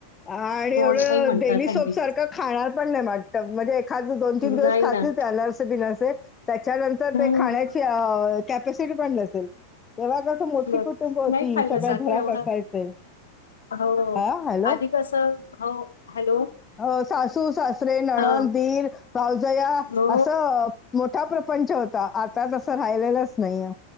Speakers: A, on the left; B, on the left.
A: आ आणि
B: गोड
A: एवढं
B: नाही म्हणतात
A: डेली
B: हल्ली
A: सोप सारख खाणार पण नाही. मा त म्हणजे एखाद दोन - तीन दिवस
B: नाही
A: खातील
B: ना
A: ते अनारसे - बिनारसे. त्याच्या नंतर तर
B: हम्म
A: ते खाण्याची, अ कॅपसिटी पण नसेल. तेव्हा कसं, मोठी
B: बर
A: कुटुंब होती.
B: नाही खाल्लं
A: सगळे
B: जातं
A: घरात
B: एवढं
A: असायचे.
B: हो.
A: हा हॅलो
B: आधी कसं, हो. हॅलो
A: हो, सासू - सासरे, नणंद,
B: हां
A: दीर, भावजया.
B: हो
A: असं मोठा प्रपंच होता. आता तसं राहिलेलच नाहीे.